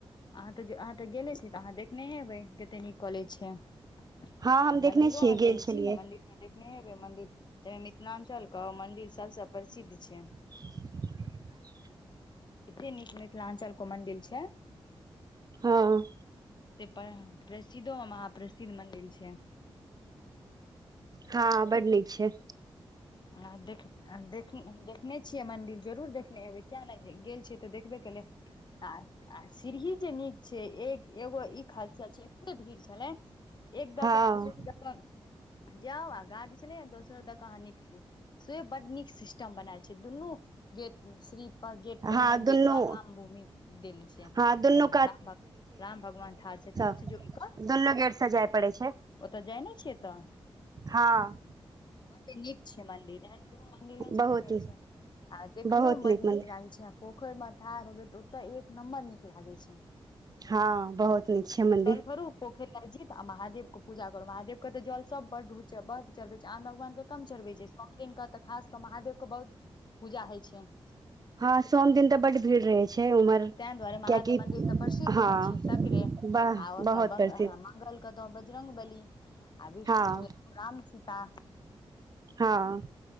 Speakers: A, on the left; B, on the right.
A: अहाँ तऽ अहाँ तऽ गेले छी तऽ अहाँ देखने एबै कते निक कॉलेज छै। आ
B: हँ हम देखने
A: मंदिर
B: छियै
A: अहाँ गेल
B: छलियै
A: छी तऽ मंदिर देखने हेबे मंदिर मिथिलांचल के मंदिर सभसे प्रसिद्ध छै।
B: <inaudible>
A: एते निक मिथिलांचल को मंदिर छै।
B: हँ।
A: से प्रसिद्धो मे प्रसिद्ध मन्दिर छै।
B: हँ बड़ निक छै।
A: आ देख देख देखने छियै मन्दिर जरूर देखने एबै कियाक नहि गेल छियै तऽ देखबे केलै। <unintelligible> आ सीढ़ी जे नीक छै एक एगो ई खासियत छै एते भीड़ छलै एक द
B: हँ
A: <unintelligible> जाउ आ गाड छलै दोसर दोकान ह न से बड नीक सिस्टम बनाल छै दुनू गेट श्री गेट
B: हँ
A: पर मेन
B: दुनू
A: गेट पर राम भूमि देल छै
B: हँ दुनू
A: राम भ राम भगवान ठढ़ छथिन
B: दु
A: सिजौल पर
B: लो गेट स जाइ पड़े छै
A: ओतऽ जाइ नहि छियै तऽ
B: हँ
A: <inaudible> बड नीक छै मंदिर कोनो मंदिर नहि छै
B: बहुत
A: जे न छै आ देखयो
B: बहुत
A: मे बड
B: मंदिर
A: नीक लागै छै पोखरि मे थार हैबेत तऽ एक नम्बर नीक लागे छै
B: हँ बहुत नीक छै
A: <inaudible>
B: मंदिर
A: जल भरू पोखरि जी आ महादेव के पूजा करू महादेव के त जल सब बड बड चढ़बे छै आन भगवान के कम चढ़बे छै सब दिन के त खास कऽ महादेव के बहुत पूजा होइ छै <inaudible>
B: हँ सोम दिन तऽ बड भीड़ रहे छै उम्हर
A: तं दुआरे महादेव
B: कियाकि
A: मंदिर तऽ प्रसिद्ध
B: हँ
A: रहै छै सगरे आ
B: ब
A: ओत
B: बहुत
A: ब
B: प्रसिद्ध
A: मंगल कतौ बजरंग बली आ विष्ण
B: हँ
A: राम सीता
B: हँ